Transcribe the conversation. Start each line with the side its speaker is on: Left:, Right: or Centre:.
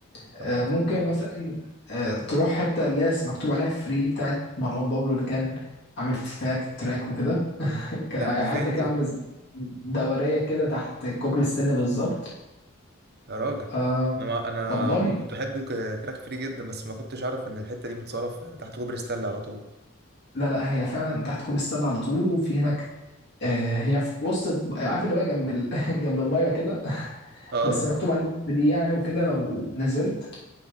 Left: آه،
Right: اه
Left: ممكن
Right: صح
Left: مثلا آه، تروح حتة اللي هي مكتوب عليها فري بتاعت مروان بابلو اللي كان عامل فيها تراك وكده <laughs>
Right: دي
Left: كان
Right: كانت دي
Left: حتى
Right: فين
Left: كده
Right: دي
Left: عاملة زي دورية كده تحت كوبري ستانلي بالظبط
Right: يا راجل
Left: آه
Right: انا ما انا
Left: والله
Right: ما كنت بحب ك- تراك فري جدا بس ما كنتش اعرف ان الحته دي متصرف تحت كوبري ستانلي على طول
Left: لا لا هي فعلا تحت كوبري ستانلي على طول وفي هناك آه هي في وسط عارف اللي هو جنب ال... <laughs> جنب المية كده <laughs>
Right: اه
Left: بس مكتوب عندها فري يعني وكده لو نزلت